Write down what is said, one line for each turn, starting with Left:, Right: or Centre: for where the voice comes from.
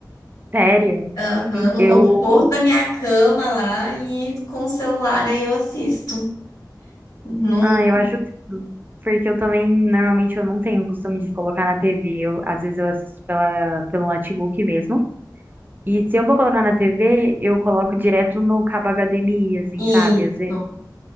Right: Sério.
Left: Aham,
Right: E
Left: no
Right: Eu.
Left: conforto da minha cama lá e com o celular aí eu assisto. Não,
Right: Ah, eu acho tudo. Porque eu também, normalmente, eu não tenho o costume de colocar na TV. Eu, às vezes eu assisto pela, pelo notebook mesmo. E se eu vou colocar na TV, eu coloco direto no cabo HDMI, assim,
Left: isso.
Right: sabe? Às vezes,